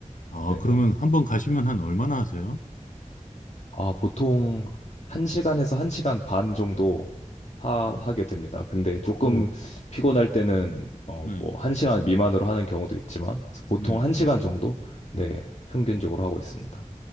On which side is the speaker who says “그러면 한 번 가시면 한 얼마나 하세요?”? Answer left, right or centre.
Left